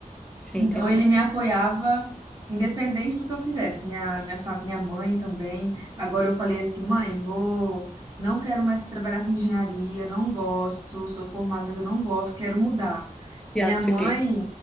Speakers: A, in the centre; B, on the right.
A: Sim,
B: Então
A: entendi.
B: ele me apoiava independente do que eu fizesse. Minha, minha, fa- minha mãe também. Agora eu falei assim, mãe, vou, não quero mais trabalhar com engenharia, não gosto, sou formada, mas eu não gosto, quero mudar.
A: Piada,
B: Minha mãe,
A: o quê?